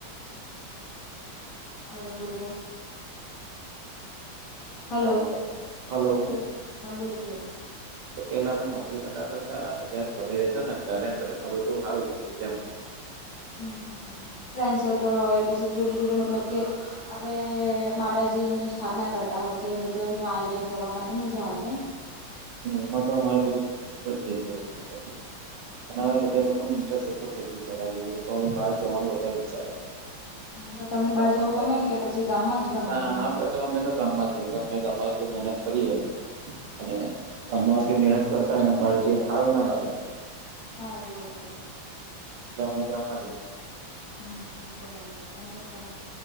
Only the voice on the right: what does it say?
એટલા
માટે હલો
તો પેલા અમે નોકરી નતા કરતા અને જયારે ઘરે રેતાતા ત્યારે આ બધું હારૂ ગમતું હતું એમ.
ને એમાં તો અમારે બધું <unintelligible> અને
હવે બધા
લોકોને ઇન્ટરેસ્ટ ઓછો થઈ ગયો પેલા જે લોકો હવે બહાર જવાનું વધારે વિચારે.
ગામમાં
ગામમાં
ના
આપડે તો અમે તો ગામમાં જ અમે ગામમાં એટલી મહેનત કરીએ અને ગામમાં આટલી મહેનત કરતા હોય ને બહાર જઈએ તો હારું ના લાગે.
એટલે અમે ગામમાં જ રહે.